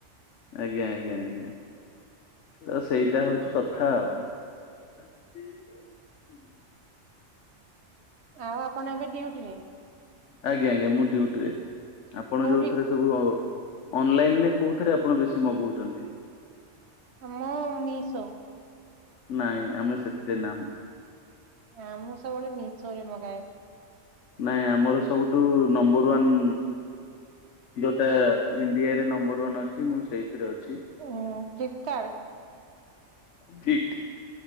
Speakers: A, on the left; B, on the right.
A: ଆଜ୍ଞା ଆଜ୍ଞା ଆଜ୍ଞା ତ ସେଇଟା ହଉଛି କଥା ଆଉ। <unintelligible> ହ ହୁଁ
B: ଆଉ ଆପଣ ଏବେ ଡିଉଟି ରେ?
A: ଆଜ୍ଞା ଆଜ୍ଞା ମୁଁ ଡିଉଟିରେ। ଆପଣ
B: କୋଉଠି
A: ଯୋଉଥିରେ ସବୁ ଅ ଅନଲାଇନ ରେ କୋଉଥିରେ ଆପଣ ବେଶୀ ମଗଉଛନ୍ତି?
B: ମୁଁ ମିଶୋ।
A: ନାଇଁ ଆମେ ସେଥିରେ ନାହୁଁ।
B: ଆ ମୁଁ ସବୁବେଳେ ମିସୋରେ ମଗାଏ।
A: ନାଇଁ ଆମର ସବୁଠୁ ନମ୍ବର ୱାନ୍ ଯୋଉଟା ଇଣ୍ଡିଆରେ ନମ୍ବର ୱନ୍ ଅଛି ମୁଁ ସେଇଥିରେ ଅଛି।
B: ଉଁ ଫ୍ଲିପ୍ କାର୍ଡ଼।
A: ଠିକ୍ ଠିକ୍।